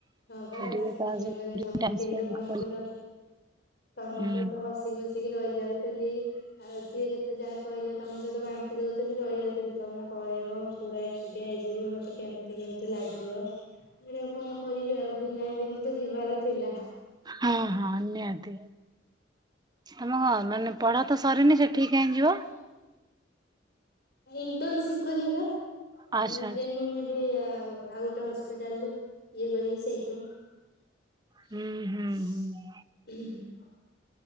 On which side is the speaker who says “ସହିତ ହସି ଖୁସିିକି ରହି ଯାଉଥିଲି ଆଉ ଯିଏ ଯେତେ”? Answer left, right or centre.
Left